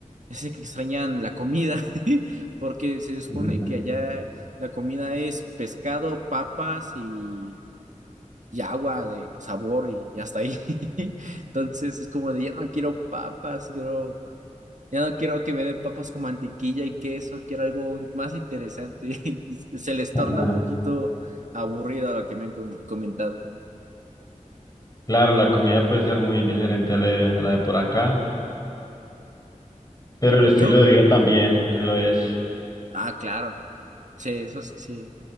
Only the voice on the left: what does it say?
Ujú.
<laughs>
Claro, la comida puede ser muy diferente a la de, a la de por acá, pero el estilo
de vida también lo es.